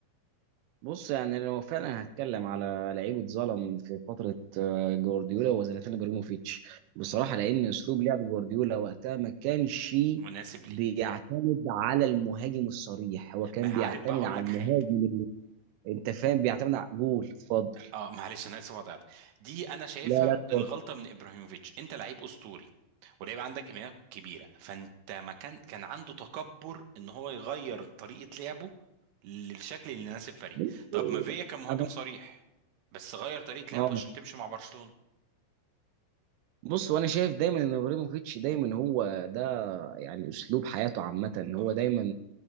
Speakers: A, on the right; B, on the right.
A: بص يعني لو فعلا هتكلم على لعيب اتظلم في فتره آه، جوارديولا هو زلاتان ابراهيموفيتش بصراحه
B: مم.
A: لان اسلوب لعب جوارديولا وقتها ما كانش
B: مناسب ليه
A: بيعتمد على المهاجم الصريح هو كان
B: ما عارف
A: بيعتمد
B: بقى هقول
A: على
B: لك
A: المهاجم
B: حاجه
A: انت فاهم بيعتمد على قول اتفضل
B: اه معلش انا اسف قطعت دي انا شايفها
A: لا لا اتفضل
B: الغلطه من ابراهيموفيتش انت لعيب اسطوري ولعيب عندك امكانيات كبيره فانت ما كان كان عنده تكبر ان هو يغير طريقه لعبه للشكل اللي يناسب فريق
A: بص،
B: طب ما فيا كان مهاجم
A: انا
B: صريح بس غير طريقه
A: اه
B: لعبه عشان تمشي مع برشلونه
A: بص وانا شايف دايما ان ابراهيموفيتش دايما هو ده يعني اسلوب حياته عامه ان هو
B: صح
A: دايما